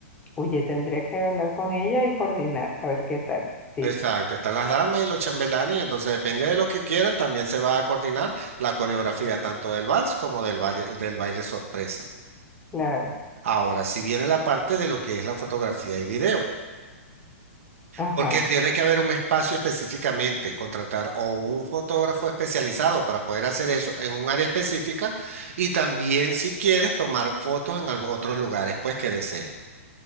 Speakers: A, on the left (about 15°); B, on the right (about 70°).
A: Oye, tendría que hablar con ella y coordinar, a ver qué tal. Sí,
B: Exacto, están las damas y los chambelanes, y entonces depende de los que quieran, también se va a coordinar la coreografía tanto del vals como del baile, del baile sorpresa.
A: claro.
B: Ahora, si viene la parte de lo que es la fotografía y video.
A: Ajá,
B: Porque tiene que haber un espacio específicamente, contratar o un fotógrafo especializado para poder hacer eso en un área específica y también si quieres tomar fotos en algo- otros lugares, pues que desees.